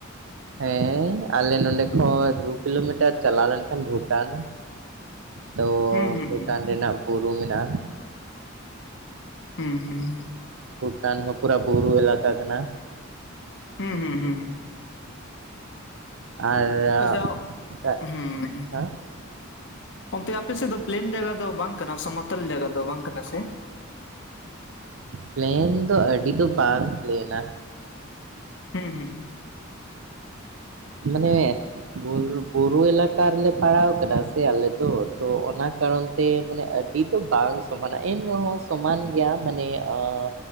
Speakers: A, on the right; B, on the left.
A: ᱦᱮᱸᱻ ᱟᱞᱮ ᱱᱚᱰᱮ ᱠᱷᱚᱡ ᱫᱩ ᱠᱤᱞᱳᱢᱤᱴᱟᱨ ᱪᱟᱞᱟᱣ ᱞᱮᱱᱠᱷᱟᱱ ᱵᱷᱩᱴᱟᱱ ᱾ ᱛᱚᱻ
B: ᱦᱩᱸ ᱦᱩᱸ
A: ᱵᱷᱩᱴᱟᱱ
B: ᱦᱩᱸ
A: ᱨᱮᱱᱟᱜ ᱵᱩᱨᱩ ᱢᱮᱱᱟᱜ-ᱟ ᱾
B: ᱦᱩᱸ ᱦᱩᱸ᱾
A: ᱵᱷᱩᱴᱟᱱ ᱢᱚ ᱯᱩᱨᱟᱹ ᱵᱩᱨᱩ ᱮᱞᱟᱠᱟ ᱠᱟᱱᱟ ᱾
B: ᱦᱩᱸ ᱦᱩᱸ ᱦᱩᱸ᱾
A: ᱟᱨ ᱦᱮᱸ
B: ᱟᱪᱪᱷᱟ ᱦᱩᱸ
A: ᱦᱮᱸ᱾
B: ᱚᱱᱛᱮ ᱟᱯᱮᱥᱮᱫ ᱫᱚ ᱯᱞᱮᱥᱮᱱ ᱡᱟᱭᱜᱟ ᱫᱚ ᱵᱟᱝ ᱠᱟᱱᱟ ᱥᱚᱢᱚᱛᱚᱞ ᱡᱟᱭᱜᱟ ᱫᱚ ᱵᱟᱝ ᱠᱟᱱᱟ ᱥᱮ?
A: ᱯᱞᱮᱱ ᱫᱚ ᱟᱹᱰᱤ ᱫᱚ ᱵᱟᱝ ᱯᱞᱮᱱᱟ ᱾
B: ᱦᱩᱸ ᱦᱩᱸ ᱦᱩᱸ
A: ᱢᱟᱱᱮ ᱵᱩᱞ ᱵᱩᱨᱩ ᱮᱞᱟᱠᱟ ᱨᱮᱞᱮ ᱯᱟᱲᱟᱣ ᱠᱟᱱᱟ ᱥᱮ ᱟᱞᱮ ᱫᱚ ᱛᱚ ᱚᱱᱟ ᱠᱟᱨᱚᱱ ᱛᱮ ᱢᱟᱱᱮ ᱟᱹᱰᱤ ᱫᱚ ᱵᱟᱝ ᱥᱚᱢᱟᱱᱟ, ᱮᱱ ᱨᱮᱦᱚᱸ ᱥᱚᱢᱟᱱ ᱜᱮᱭᱟ ᱢᱟᱱᱮ ᱟᱸᱻ